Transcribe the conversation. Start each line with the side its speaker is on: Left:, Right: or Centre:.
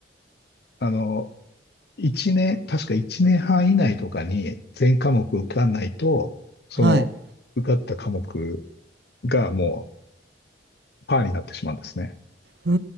Left: あの、1年、確か1年半以内とかに全科目受かんないと、その受かった科目
Right: はい。
Left: がもうパーになってしまうんですね。
Right: うー